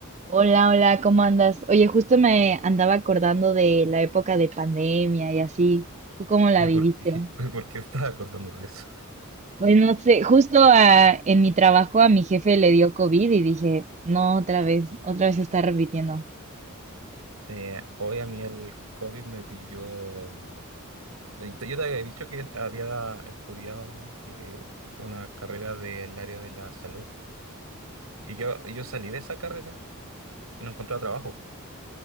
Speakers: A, on the right (about 30°); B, on the right (about 85°).
A: Hola, hola, ¿cómo andas? Oye, justo me andaba acordando de la época de pandemia y así. ¿Tú cómo la
B: ¿De
A: viviste?
B: por qué, <laughs> de por qué estás acordando de eso?
A: Pues no sé, justo a- en mi trabajo a mi jefe le dio COVID y dije, no, otra vez, otra vez se está repitiendo.
B: Eh, hoy a mí el COVID me pilló. eh, Yo te había dicho que había estudiado eh, una carrera del área de la salud. Y yo, yo salí de esa carrera y no encontraba trabajo.